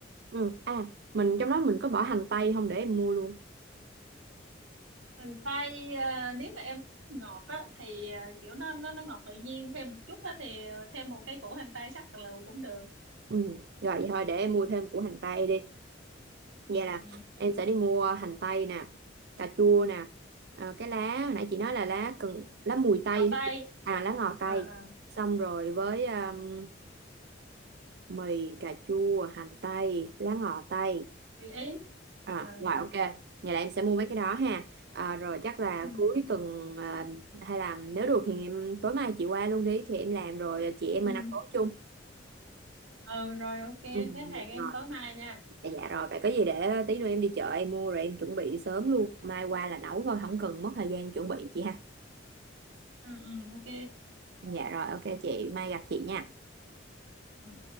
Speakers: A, on the right; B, on the right.
A: ừ à mình trong đó mình có bỏ hành tây không để em mua luôn
B: mình xay ờ, nếu mà em thích ngọt á thì ờ, kiểu nó nó nó ngọt tự nhiên thêm một chút á thì ờ, thêm một cái củ hành tây xắt hạt lựu cũng được
A: ừ rồi vậy thôi để em mua thêm củ hành tây đi vậy
B: ừ,
A: là
B: ừ.
A: em sẽ đi mua hành tây nè cà chua nè ờ, cái lá hồi nãy chị nói là lá cần lá mùi tây
B: ngò tây
A: à lá ngò tây
B: ờ ờ
A: xong rồi với ừm, mì cà chua hành tây lá ngò tây
B: tùy ý
A: À,
B: Ờ,
A: rồi
B: được.
A: ok. Vậy là em sẽ mua mấy cái đó ha. À, rồi chắc là
B: ừ
A: cuối tuần à, hay là nếu được thì em tối mai chị qua luôn đi thì em làm rồi à, chị em
B: ừ
A: mình ăn tối chung.
B: ừ rồi ok thế
A: Ừ,
B: hẹn
A: dạ
B: em
A: rồi.
B: tối mai nha
A: Dạ, dạ rồi. Vậy có gì để tí nữa em đi chợ em mua rồi em chuẩn bị sớm luôn. Mai qua là nấu thôi, không cần mất thời gian chuẩn bị chị ha.
B: ừ ừ ok
A: Dạ rồi, ok chị. Mai gặp chị nha.
B: Ừ.